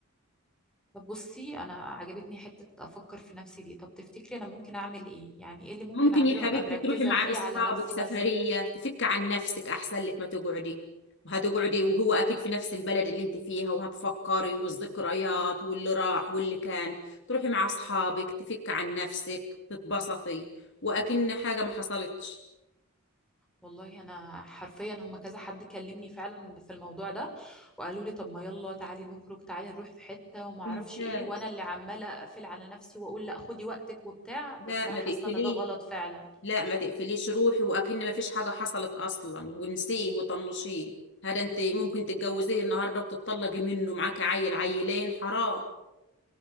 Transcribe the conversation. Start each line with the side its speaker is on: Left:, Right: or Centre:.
Centre: طب بصي انا عجبتني حته افكر في نفسي دي طب تفتكري انا ممكن اعمل ايه يعني ايه اللي ممكن
Left: ممكن
Centre: اعمله
Left: يا حبيبتي
Centre: ابقى مركزه
Left: تروحي مع
Centre: فيه
Left: اصحابك
Centre: على نفسي
Left: سفرية
Centre: بس
Left: تفك عن نفسك احسن لك ما تقعدي وهتقعدي وهو اكيد في نفس البلد اللي انت فيها وهتفكري والذكريات واللي راح واللي كان تروحي مع اصحابك تفك عن نفسك تتبسطي واكن حاجة ما حصلتش
Centre: والله انا حرفيا هم كذا حد كلمني فعلا في الموضوع ده وقالوا لي طب ما يلا تعالي نخرج تعالي نروح في حته وما اعرفش
Left: ممتاز
Centre: ايه وانا اللي عماله اقفل على نفسي واقول لا خدي وقتك وبتاع بس
Left: لا
Centre: انا
Left: ما
Centre: حاسه
Left: تقفليش
Centre: ان ده غلط فعلا
Left: لا ما تقفليش روحي واكن ما فيش حاجة حصلت اصلا ونسيه وطنشيه هذا انت ممكن تتجوزيه النهارده وتتطلقي منه معاكي عيل عيلين حرام